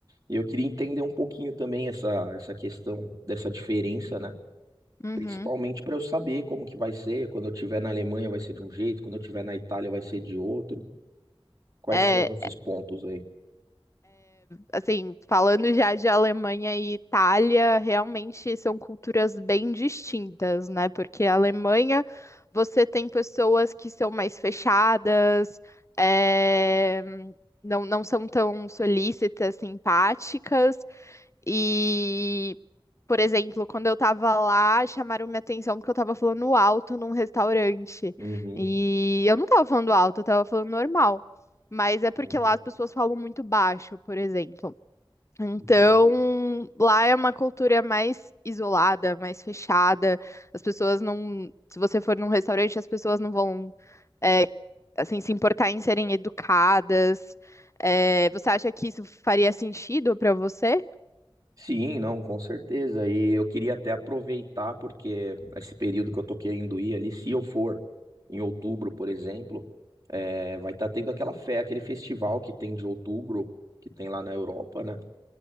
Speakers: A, on the right (about 40°); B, on the left (about 30°).
A: E eu queria entender um pouquinho também essa, essa questão dessa diferença, né?
B: Uhum.
A: Principalmente para eu saber como que vai ser, quando eu estiver na Alemanha vai ser de um jeito, quando eu estiver na Itália vai ser de outro. Quais
B: É,
A: são esses pontos aí?
B: assim, falando já de Alemanha e Itália, realmente são culturas bem distintas, né? Porque a Alemanha, você tem pessoas que são mais fechadas, é, não, não são tão solícitas, simpáticas. E, por exemplo, quando eu tava lá, chamaram minha atenção porque eu tava falando alto num restaurante.
A: Uhum.
B: E eu não tava falando alto, eu tava falando normal. Mas é porque
A: Entendi.
B: lá as pessoas falam muito baixo, por exemplo. Então,
A: entendi.
B: lá é uma cultura mais isolada, mais fechada. As pessoas não. Se você for num restaurante, as pessoas não vão, é, assim, se importar em serem educadas. É, você acha que isso faria sentido pra você?
A: Sim, não, com certeza. E eu queria até aproveitar, porque esse período que eu tô querendo ir ali, se eu for em outubro, por exemplo, é, vai estar tendo aquela fé, aquele festival que tem de outubro, que tem lá na Europa, né?